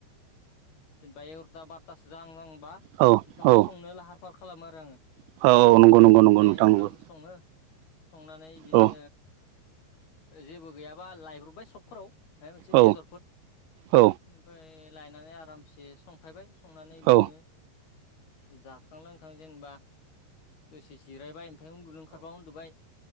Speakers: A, on the left (about 60°); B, on the right (about 80°).
A: जेनेबा एगार'था बार'थासो जाहां जाहां बा
B: औ
A: ओंखामखौ
B: औ
A: संनो लाहार फाहार खालामो आरो आङो।
B: औ औ नंगौ नंगौ नंगौ
A: ओमफ्राय
B: नोंथां
A: ओंखाम
B: नंगौ
A: सङो। संनानै इदिनो
B: औ
A: जेबो गैयाबा लायब्रबबाय सखफोराव। ओमफ्राय मोनसे
B: औ
A: बेदरफोर
B: औ
A: ओमफ्राय लायनानै आरामसे संफैबाय। संनानै बिदिनो
B: औ
A: जाखां लोंखां जेनेबा दसे जिरायबाय। ओमफ्राय उन्दुनो ओंखारबा उन्दुबबाय